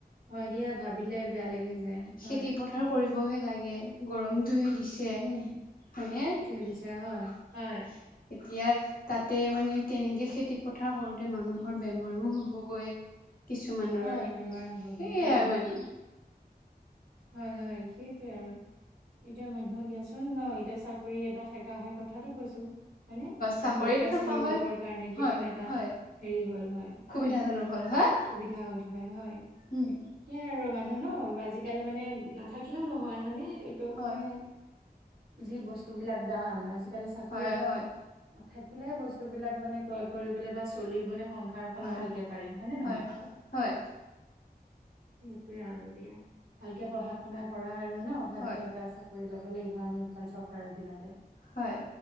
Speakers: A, on the right; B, on the left.
A: হয় দিয়া ভাবিলে বেয়া লাগি যায় হয়
B: খেতি পথাৰ কৰিবহে লাগে গৰম ধুইত দিছে
A: উম
B: হয়নে
A: থৈ দিছে হয় হয়
B: তিয়া তাতে মানে তেনেকে খেতি পথাৰ কৰোতে মানুহৰ বেমাৰো হ'বগৈ কিছুমানৰ
A: হয় বেমাৰ
B: সেয়াই
A: হ'বগে হয়,
B: মানে
A: হয় হয় সেইটোৱে আৰু এতিয়া মানুহো দিয়াচোন ন এতিয়া চাকৰি এটা থাকা হয় কথাটো কৈছো হয় নে মানুহৰ
B: চাকৰিতে
A: দুখীয়া
B: থকা
A: শ্ৰেনীৰ
B: হয়।
A: লোকৰ কাৰণে কিমান
B: হয়
A: এটা
B: হয়
A: হেৰি হ'ল হয়
B: সুবিধাজনক
A: হয়নে
B: হ'ল হয়
A: সুবিধা হ'ল হয় হয়
B: উম
A: সেইয়া আৰু মানুহ ন জিকালে মানে নাথাকিলেও নহয় হয়নে এইটো
B: হয়
A: মানে যি বস্তু বিলাক দাম আজিকালি চাকৰি
B: হয়
A: এটা
B: হয়
A: থাকিলেহে বস্তুবিলাক মানে ক্ৰয় কৰিবলে বা চলিবলে। সংসাৰখন
B: হয়
A: ভালকে পাৰি হয়নে নহয়
B: হয় হয় হয়
A: সেইটোৱে আৰু দিয়া ভালকে পঢ়া শুনা কৰা আৰু। আৰু ন ভালকে
B: হয়
A: এটা চাকৰি ল'ব লাগিব আমি এইখন চৰকাৰৰ দিনতে।
B: হয়